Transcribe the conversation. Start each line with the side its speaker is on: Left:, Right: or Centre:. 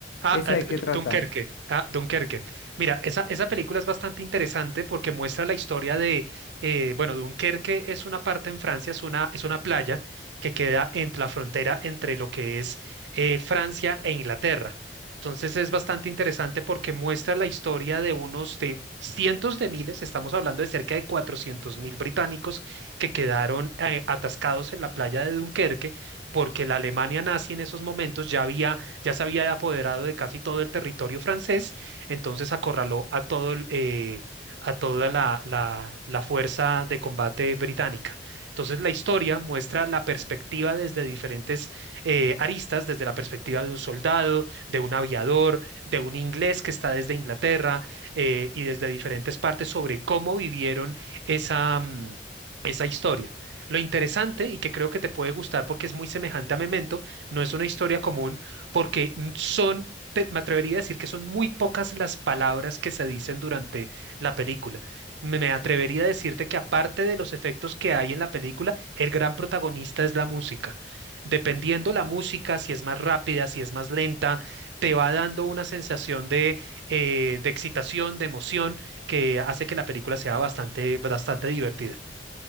Right: Ah,
Left: ¿Esa
Right: ah,
Left: de
Right: D-
Left: qué
Right: D-
Left: trata?
Right: Dunkerque. Ah, Dunkerque. Mira, esa, esa película es bastante interesante porque muestra la historia de, eh, bueno, Dunkerque es una parte en Francia, es una, es una playa que queda en la frontera entre lo que es eh, Francia e Inglaterra. Entonces es bastante interesante porque muestra la historia de unos de cientos de miles, estamos hablando de cerca de cuatrocientos mil británicos que quedaron eh, atascados en la playa de Dunkerque porque la Alemania nazi en esos momentos ya había ya se había apoderado de casi todo el territorio francés, entonces acorraló a todo el, eh, a toda la, la la fuerza de combate británica. Entonces la historia muestra la perspectiva desde diferentes eh, aristas, desde la perspectiva de un soldado, de un aviador, de un inglés que está desde Inglaterra eh, y desde diferentes partes sobre cómo vivieron esa... mm, esa historia. Lo interesante y que creo que te puede gustar porque es muy semejante a Memento, no es una historia común, porque son, te- me atrevería a decir que son muy pocas las palabras que se dicen durante la película. Me me atrevería a decirte que aparte de los efectos que hay en la película, el gran protagonista es la música. Dependiendo la música, si es más rápida, si es más lenta, te va dando una sensación de, eh, de excitación, de emoción, que hace que la película sea bastante, bastante divertida.